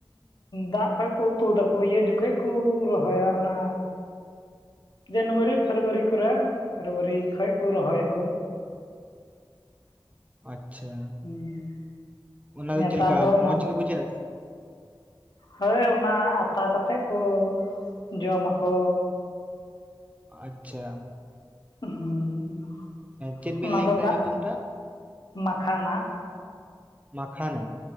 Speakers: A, on the left; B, on the right.
A: ᱫᱟᱜ ᱠᱷᱚᱡ ᱠᱚ ᱛᱩᱫ ᱟᱠᱚ ᱤᱭᱟᱹ ᱡᱚᱠᱷᱚᱱ ᱠᱚ ᱨᱚᱦᱚᱭᱟ ᱚᱱᱟ ᱡᱟᱱᱩᱣᱟᱨᱤ ᱯᱷᱮᱵᱽᱨᱩᱣᱟᱨᱤ ᱠᱚᱨᱮ ᱯᱷᱮᱵᱽᱨᱩᱣᱟᱨᱤ ᱠᱷᱚᱱᱟᱡ ᱠᱚ ᱨᱚᱦᱚᱭᱟᱠᱚ᱾
B: ᱟᱪᱪᱷᱟ
A: ᱦᱩᱻᱸ
B: ᱚᱱᱟ
A: ᱱᱮᱛᱟᱨ
B: ᱪᱮᱫ ᱞᱮᱠᱟ
A: ᱫᱚ ᱚᱱᱟ
B: ᱢᱚᱸᱡᱽ ᱜᱮ ᱵᱩᱡᱷᱟᱹᱜᱼᱟ
A: ᱦᱳᱭ ᱚᱱᱟ ᱟᱛᱟ ᱠᱟᱛᱮᱫ ᱠᱚ ᱡᱚᱢᱟᱠᱚ
B: ᱟᱪᱪᱷᱟ
A: ᱦᱩᱸ
B: ᱪᱮᱫ ᱵᱤᱱ
A: ᱚᱱᱟ
B: ᱞᱟᱹᱭ
A: ᱫᱚ
B: ᱠᱮᱫᱟ
A: ᱫᱟᱜ
B: ᱧᱩᱛᱩᱢᱴᱟᱜ
A: ᱢᱟᱠᱷᱟᱱᱟ
B: ᱢᱟᱠᱷᱟᱱᱟ